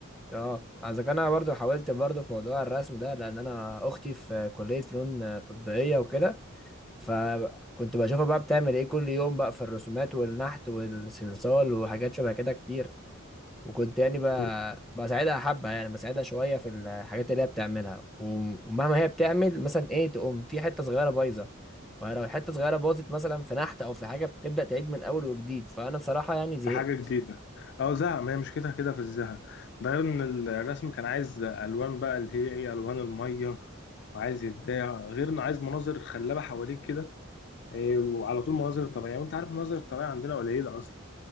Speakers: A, in the centre; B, on the left.
A: اه اذا كان انا برضو حاولت برضو في موضوع الرسم ده لان انا اختي في كليه فنون تطبيقيه وكده فكنت بشوفها بقى بتعمل ايه كل يوم بقى في الرسومات والنحت والصلصال وحاجات شبه كده كتير وكنت يعني ب-
B: مم.
A: بساعدها حبة يعني بساعدها شوية في الحاجات اللي هي بتعملها و- ومهما هي بتعمل مثلا ايه تقوم في حتة صغيرة بايظة فلو الحتة صغيرة باظت مثلا في نحت أو في حاجة بتبدأ تعيد من أول وجديد فأنا بصراحة يعني زهقت
B: في حاجه جديده او زهق ما هي مشكلتها كده في الزهق ده غير ان الرسم كان عايز الوان بقى اللي هي ايه الوان الميه وعايز يبدع غير انه عايز مناظر خلابه حواليك كده إيه، وعلى طول مناظر طبيعية وانت عارف المناظر الطبيعية عندنا قليلة اصلا